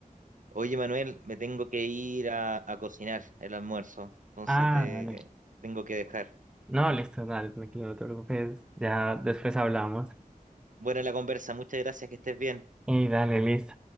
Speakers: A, on the right; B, in the centre.
A: Oye, Manuel, me tengo que ir a, a cocinar el almuerzo, entonces
B: Ah,
A: te
B: dale.
A: tengo que dejar.
B: No, listo, dale, tranquilo, no te preocupes, ya después hablamos.
A: Buena la conversa, muchas gracias, que estés bien.
B: Y dale, listo.